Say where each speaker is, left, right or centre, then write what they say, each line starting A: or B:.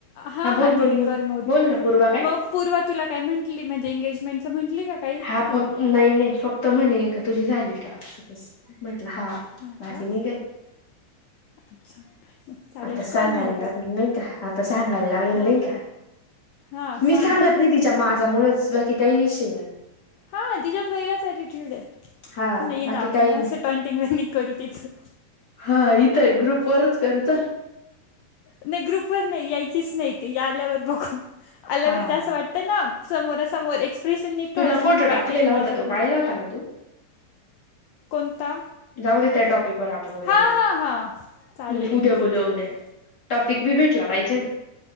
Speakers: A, on the left; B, on the left.
A: हा
B: बोल
A: हा
B: बोल
A: ठीकय
B: बोल
A: कर म
B: बोल ना पूर्वा काय?
A: मग पूर्वा तुला काय म्हटली म्हणजे एंगेजमेंटच म्हटली का? काही
B: हा
A: तिला
B: फक्त नाही
A: पा
B: नाही फक्त म्हणे का तुझी झाली का? असं तसं म्हटलं हा
A: हां
B: बाकी
A: का
B: नाही कायी
A: अच्छा नाही चालेल
B: आता सांगायला
A: कर मग उद्या
B: लागेल नायी का? आता सांगायला लागेल
A: हां
B: नाही का?
A: हां
B: मी
A: सांग
B: सांगत
A: ना
B: नाही तिच्या माजा मुळचं बाकी कायी विषय नायी
A: हा तिच्यात वेगळांच ॲटिट्यूडय थांब
B: हा
A: ना ये
B: बाकी
A: ना आपण
B: काही नाही.
A: असं टॉनटिंग वाणींग करू तिचं
B: हा इथंय ग्रुप वरच करू चल
A: नाही ग्रुपवर नाही यायचीच नाही ती आल्यावर बघू आल्यावर
B: हा.
A: ते असं वाट ना समोरा समोर एक्सप्रेशन नीट
B: तुला
A: ठेवायचे
B: फोटो
A: म्हणजे वाटतं
B: टाकलेला
A: की
B: होता
A: मजाक
B: तो
A: मध्ये
B: पाहिला होता
A: कर
B: ना तू
A: कोणता?
B: जाऊ दे त्या टॉपिक वर आपण उद्या
A: हां
B: बोलू्
A: हां हां चालेल
B: हम्म उद्या
A: ठीक
B: बोलू
A: आहे
B: उद्या टॉपिक बी भेटला पाहिजे ना?